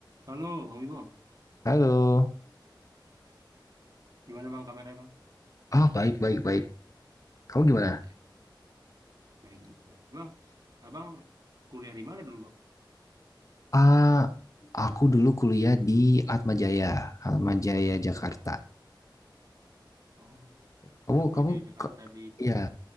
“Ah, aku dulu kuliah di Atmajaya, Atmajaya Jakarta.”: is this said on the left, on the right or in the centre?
Left